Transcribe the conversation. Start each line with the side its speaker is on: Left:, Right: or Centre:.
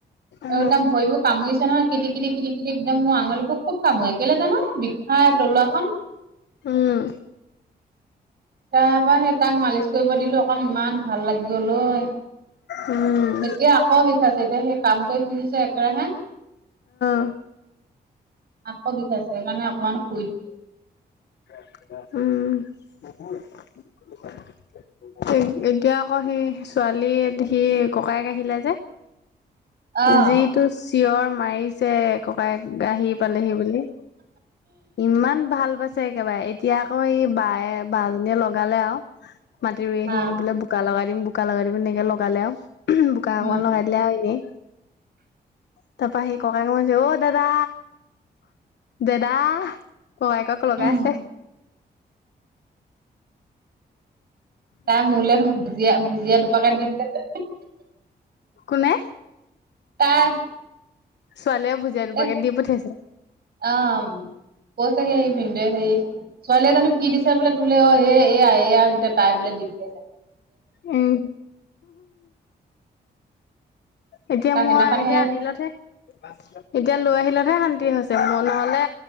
Left: উম অ
Right: একদম ভৰিবোৰ কামুৰিছে নহয়। কিতি কিতি কিতি কিতি একদম মোৰ আঙলী বোক খুব কামুৱে কেইলে জানো, বিষাই তলুৱাখন।
Left: উম
Right: তাৰ পৰা সেই তাক মালিচ কৰিব দিলোঁ অকণ, ইমান ভাল লাগি গ'ল অই,
Left: উম
Right: এতিয়া আকৌ বিষাইছে এতিয়া সেই কাম কৰি ফুজিছে একেৰাহে।
Left: অ
Right: আকৌ বিষাই সেইকাৰণে অকমান শুই দিছোঁ।
Left: উম। এ, এতিয়া আকৌ সি ছোৱালী সি ককায়েক আহিলে যে।
Right: অ',
Left: যিটো চিঞৰ মাৰিছে। ককায়েক আহি পালেহি বুলি। ইমান ভাল পাইছে ছে একেবাৰে, এতিয়া আকৌ এই বায়ে বাজনীয়ে লগালে আৰু। মাটি ৰুই আহিম
Right: আহ
Left: বোলে বোকা লগাই দিম বোকা লগাই দিম, এনেকে লগালে আৰু বোকা
Right: উম,
Left: অকণমান লগাই দিলে আৰু এনেই। তাৰপৰা সি ককায়েকক মাতছে অ' দাদা? দাদা, ককায়েকক লগাই
Right: উম,
Left: আছে।
Right: তাই মোলৈখন ভুজিয়া ভুজিয়া দুপাকেট দি পঠাইছে।
Left: কোনে?
Right: তই।
Left: ছোৱালীয়ে ভুজিয়া দুপেকেট
Right: এ,
Left: দি পঠিয়াইছে
Right: আ, কৈ থাকে এ, বিন্দেৱে হেৰি ছোৱালীয়ে জানো কি দিছে বোলে তোলে এ, এয়া এইয়া, গোটেই তাই বোলে দিব।
Left: উম। এতিয়া
Right: তাৰ
Left: মই
Right: সেইদিনাখনি
Left: এতিয়া
Right: সেই
Left: আনিলোঁহে। এতিয়া লৈ আহিলতহে শান্তি হৈছে, মই নহ'লে